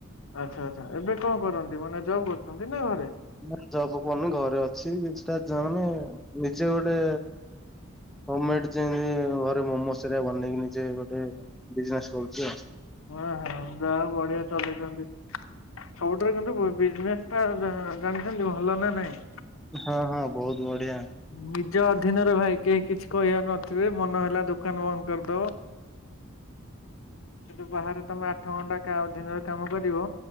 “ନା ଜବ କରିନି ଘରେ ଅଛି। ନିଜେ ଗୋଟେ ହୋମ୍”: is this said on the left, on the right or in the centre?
Centre